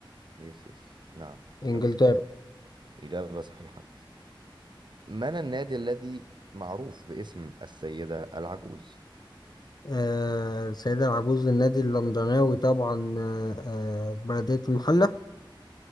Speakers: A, on the right (about 60°); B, on the left (about 50°).
A: يس يس نعم إجابة
B: إنجلترا
A: صحيحة إجابة صحيحة من النادي الذي معروف باسم السيدة العجوز
B: آه، السيدة العجوز النادي اللندناوي طبعا آه، آه، بلدية المحلة